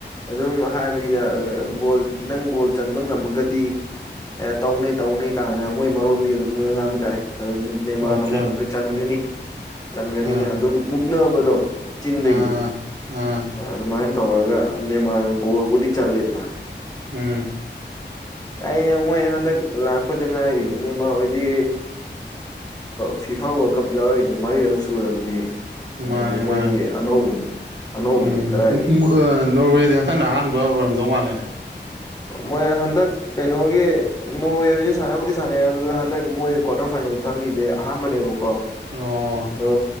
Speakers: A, on the left (about 20°); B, on the right (about 75°).
A: ꯑꯗꯨꯝ ꯍꯥꯏꯕꯅꯤꯗ ꯒꯣꯜ ꯅꯪ ꯒꯣꯜ ꯆꯟꯕ ꯉꯝꯃꯒꯗꯤ ꯑꯦ ꯇꯧꯅꯤ ꯇꯧꯅꯤ ꯀꯥꯟꯅ ꯃꯣꯏ ꯃꯔꯣꯟꯗꯤ ꯑꯗꯨꯝ ꯉꯥꯡꯥꯟꯕ ꯇꯥꯏ ꯑꯗꯨ ꯅꯦꯃꯥꯟ
B: ꯑꯣꯀꯦ
A: ꯑꯃꯃꯨꯛꯀ ꯆꯟꯒꯅꯤ ꯆꯟꯒꯅꯤꯅ
B: ꯑꯥ
A: ꯑꯗꯨꯝ ꯃꯨꯛꯅꯕꯗꯣ ꯆꯤꯟꯗꯒꯤ
B: ꯑꯥ ꯑꯥ
A: ꯑꯗꯨꯃꯥꯏꯅ ꯇꯧꯔꯒ ꯅꯦꯃꯥꯔꯒ ꯒꯣꯜꯕꯨꯗꯤ ꯆꯜꯂꯦꯗꯅ
B: ꯎꯝ
A: ꯀ ꯃꯣꯏ ꯍꯟꯗꯛ ꯂꯥꯛꯄꯗ ꯉꯥꯏꯔꯤ ꯅꯅꯤꯃꯥ ꯍꯣꯏꯗꯤ ꯐꯤꯐꯥ ꯋꯥꯔꯜ ꯀꯞ ꯌꯥꯎꯔꯛꯏꯁꯦ ꯃꯔꯤꯔꯛ ꯁꯨꯔꯕꯅꯤ
B: ꯃꯥꯅꯦ
A: ꯗꯤ
B: ꯃꯥꯅꯦ
A: ꯃꯣꯏꯗꯤ ꯑꯅꯧꯕꯅꯤ ꯑꯅꯧꯕꯅꯤ
B: ꯎꯝ
A: ꯀꯗꯥꯏꯗꯒꯤ
B: ꯎꯝ ꯅꯣꯔꯋꯦꯗꯤ ꯍꯟꯇꯛꯅ ꯑꯍꯥꯟꯕ ꯑꯣꯏꯔꯝꯗꯧ ꯃꯥꯜꯂꯦꯅꯦ
A: ꯃꯣꯏ ꯍꯟꯗꯛ ꯀꯩꯅꯣꯒꯤ ꯅꯣꯔꯋꯦ ꯍꯧꯖꯤꯛ ꯁꯥꯟꯅꯕꯨꯗꯤ ꯁꯥꯟꯅꯩ ꯑꯗꯨꯗ ꯍꯟꯗꯛ ꯃꯣꯏ ꯀ꯭ꯋꯥꯔꯇꯔ ꯐꯥꯏꯅꯦꯜ ꯆꯠꯂꯤꯁꯦ ꯑꯍꯥꯟꯕꯅꯦꯕꯀꯣ
B: ꯑꯣ
A: ꯑꯗꯣ